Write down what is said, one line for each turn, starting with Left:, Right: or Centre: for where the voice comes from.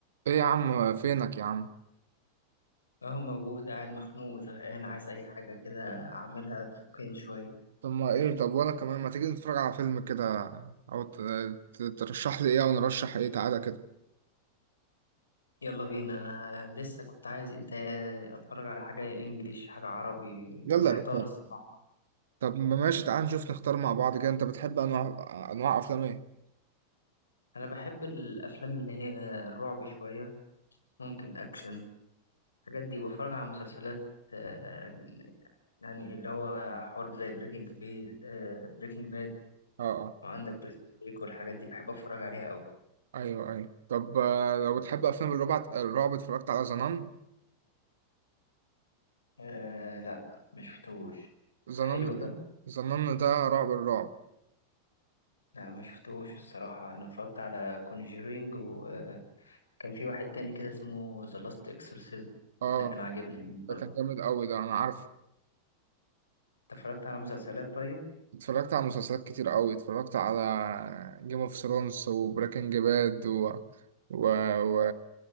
Right: ايه يا عم فينك يا عم
Left: اهو موجود قاعد مخنوق وزهقان عايز اي حاجة كده اعملها تفكني شوية
Right: طب ما ايه طب وانا كمان ما تيجي نتفرج على فيلم كده او ت- ت- ترشح لي ايه او نرشح ايه تعالى كده
Left: يلا بينا انا لسه كنت عايز انت اتفرج على حاجة انجليش حاجة عربي
Right: يلا
Left: محتار
Right: يا باشا
Left: الصراحة
Right: طب ما ماشي تعالى نشوف نختار مع بعض كده انت بتحب انواع انواع افلام ايه
Left: انا بحب الافلام اللي هي الرعب شوية ممكن اكشن الحاجات دي بفرج على مسلسلات آه، يعني اللي هو حرب زي بريكنج بي آه، بريكنج باد
Right: اه اه
Left: وعندك بريزون بريك والحاجات دي بحب اتفرج عليها قوي
Right: ايوه ايوه طب آه، لو بتحب افلام الرعب الرعب اتفرجت على زنان
Left: أه لا ما شفتهوش ده
Right: زنان
Left: حلو ده
Right: زنان ده رعب الرعب
Left: لا ما شفتوش الصراحة أنا اتفرجت على كونجيرينج وكان في واحد تاني كده اسمه ذا لاست اكسورسيزم
Right: اه
Left: ده كان عاجبني برضه
Right: ده كان جامد قوي ده انا عارفه
Left: أنت اتفرجت على مسلسلات طيب
Right: اتفرجت على مسلسلات كتير قوي اتفرجت على جيم اوف ثرونز وبريكنج باد و... و... و...